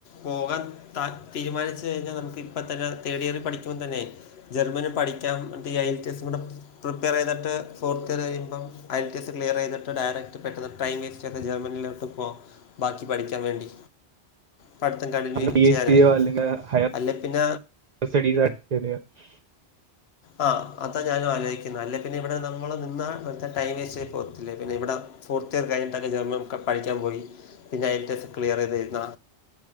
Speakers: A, on the left; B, on the right.
A: പോകാൻ ത തീരുമാനിച്ച് കഴിഞ്ഞാൽ നമുക്ക് ഇപ്പം തന്നെ തേർഡ് ഇയറിൽ പഠിക്കുമ്പോൾ തന്നെയ് ജർമ്മനി പഠിക്കാം ദി എൽ ടി എസ് ന്ന് ടാ പ്രിപ്പയർ ചെയ്തിട്ട് ഫോർത്ത് ഇയർ കഴിയുമ്പം ഐൽ ടി എസ് ക്ലിയറെയ്തിട്ട് ഡയറക്റ്റ് പെട്ടെന്ന് ടൈം വേസ്റ്റ് ചെയ്ത് ജർമനിയിലോ പോവാം ബാക്കി പഠിക്കാൻ വേണ്ടി. പഠിത്തം കണ്ടിന്യൂ
B: പി
A: ചെയ്യാനായി
B: എച്ച് ഡിയോ അല്ലെങ്കിൽ ഹയർ
A: അല്ലേ പിന്ന
B: <unintelligible>
A: ആഹ് അതാ ഞാനും ആലോചിക്കുന്ന അല്ലെ പിന്നെ ഇവിടെ നമ്മള് നിന്നാ വേർതെ ടൈം വേസ്റ്റ് ആയി പോകത്തില്ലേ പിന്നെ ഇവിട ഫോർത്ത് ഇയർ കഴിഞ്ഞിട്ടൊക്കെ ജർമ്മൻ ഒക്കെ പഠിക്കാൻ പോയി പിന്നെ എൽ ടി എസ് ക്ലിയർ ചെയ്തിരുന്ന